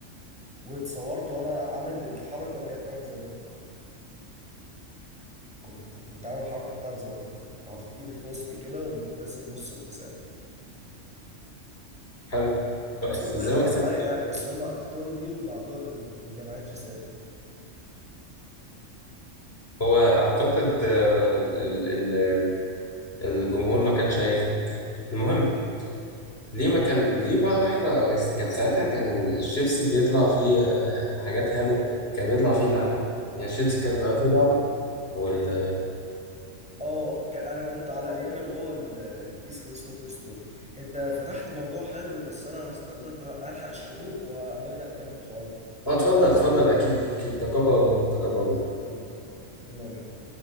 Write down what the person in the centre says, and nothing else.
واتصورت وأنا عامل الحركة اللي هي بتاعت زاروك كنت كنت عامل الحركة بتاعت زاروك كنت حاطط إيدي في وسطي كده ومبتسم نص ابتسامة
اتصورت بكذا
وضعية
يعني بس هم اختاروا دي وبعتوها ل- لجمعية رسالة
أنت اه ك- انا كنت على ايام اللي هو ال- الكيس اللي اسمه توي ستوري انت فتحت موضوع حلو بس انا هستأذنك الحق الشروق وهنرجع نكمل الحوار ده
ماشي
حبيبي حبيبي منا ومنكم